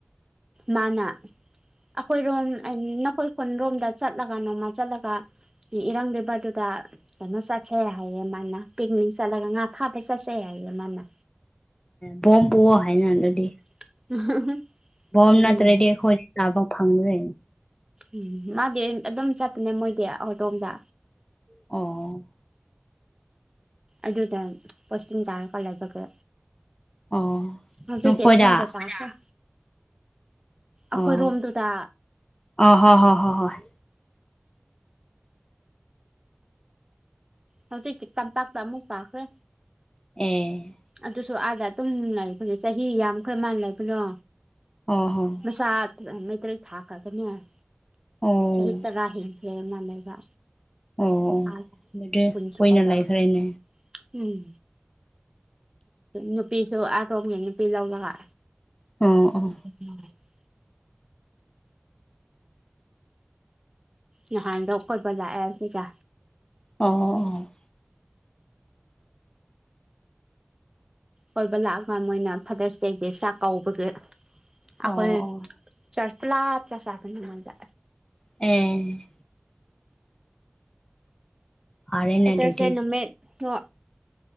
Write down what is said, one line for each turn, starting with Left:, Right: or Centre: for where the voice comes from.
Right: ꯃꯥꯅ ꯑꯈꯣꯏꯔꯣꯝ ꯅꯈꯣꯏ ꯈꯨꯟꯔꯣꯝꯗ ꯆꯠꯂꯒ ꯅꯣꯡꯃ ꯆꯠꯂꯒ ꯏꯔꯪ ꯂꯩꯕꯗꯨꯗ ꯀꯩꯅꯣ ꯆꯠꯁꯦ ꯍꯥꯏꯌꯦ ꯃꯥꯅ ꯄꯤꯛꯅꯤꯛ ꯆꯠꯂꯒ ꯉꯥ ꯐꯥꯕꯩ ꯆꯠꯁꯦ ꯍꯥꯏꯌꯦ ꯃꯥꯅ
Left: ꯄꯣꯝ ꯄꯨꯋꯣ ꯍꯥꯏꯅ ꯑꯗꯗꯤ
Right: <unintelligible>
Left: ꯕꫭꯝ
Right: ꯎꯝ
Left: ꯅꯠꯇ꯭ꯔꯗꯤ ꯑꯩꯈꯣꯏꯅ ꯆꯥꯕ ꯐꯪꯗ꯭ꯔꯦ
Right: ꯎꯝ ꯃꯥꯗꯤ ꯑꯗꯨꯝ ꯆꯠꯄꯅꯦ ꯃꯣꯏꯗꯤ ꯑꯈꯣꯏꯇꯣꯝꯗ
Left: ꯑꯣ
Right: ꯑꯗꯨꯗ ꯄꯣꯁꯇꯤꯡ ꯇꯥꯔꯒ ꯂꯩꯕꯒ
Left: ꯑꯣ
Right: ꯍꯧꯖꯤꯛꯇꯤ
Left: ꯅꯈꯣꯏꯗ
Right: ꯏꯝꯐꯥꯜꯗ ꯇꯥꯈ꯭ꯔꯦ
Left: ꯑꯣ
Right: ꯑꯈꯣꯏꯔꯣꯝꯗꯨꯗꯥ
Left: ꯑ ꯍꯣꯏ ꯍꯣꯏ ꯍꯣꯏ ꯍꯣꯏ
Right: ꯍꯧꯖꯤꯛꯇꯤ ꯇꯝꯄꯥꯛꯇ ꯑꯃꯨꯛ ꯇꯥꯈ꯭ꯔꯦ
Left: ꯑꯦ
Right: ꯑꯗꯨꯁꯨ ꯑꯥꯗ ꯑꯗꯨꯝ ꯂꯩꯕꯒꯤ ꯆꯍꯤ ꯌꯥꯝꯈ꯭ꯔꯦ ꯃꯥꯅ ꯂꯩꯕꯗꯣ
Left: ꯑꫭ ꯍꫭ
Right: ꯏꯆꯥꯠ ꯐꯖꯅ ꯃꯩꯇꯔꯦꯠ ꯊꯥꯈ꯭ꯔꯒꯅꯤ ꯍꯥꯏ
Left: ꯑꯣ
Right: ꯆꯍꯤ ꯇꯔꯥ ꯍꯦꯟ ꯍꯦ ꯃ ꯂꯩꯕ
Left: ꯑꯣ ꯑꯣ
Right: ꯑ
Left: ꯑꯗꯨꯗꯤ
Right: ꯀꯨꯟ ꯁꯣꯛꯀꯇꯧꯔꯖꯦ
Left: ꯀꯨꯏꯅ ꯂꯩꯈ꯭ꯔꯦꯅꯦ
Right: ꯎꯝ ꯅꯨꯄꯤꯁꯨ ꯑꯇꯣꯝꯒꯤ ꯅꯨꯄꯤ ꯂꯧꯔꯒ
Left: ꯑꯣ ꯑꯣ
Right: <unintelligible> ꯅꯍꯥꯟꯗꯣ ꯀꯣꯏꯕ ꯂꯥꯛꯑꯦ ꯁꯤꯒ
Left: ꯑꯣ ꯑꯣ
Right: ꯀꯣꯏꯕ ꯂꯥꯛꯑꯒ ꯃꯣꯏꯅ ꯐꯥꯗ꯭ꯔꯁ ꯗꯦꯒꯤ ꯆꯥꯛ ꯀꯧꯕꯒꯤ
Left: ꯑꯣ
Right: ꯑꯥꯈꯣꯏ
Left: ꯑꯣ
Right: ꯆ꯭ꯔꯁꯄꯂꯥꯞ ꯆꯥꯛ ꯆꯥꯕꯅꯦ ꯃꯣꯏꯗ
Left: ꯑꯦ ꯐꯔꯦꯅꯦ
Right: ꯐꯦꯠꯇ꯭ꯔꯁꯗꯦ
Left: ꯑꯗꯨꯗꯤ
Right: ꯅꯨꯃꯤꯠ ꯅꯣ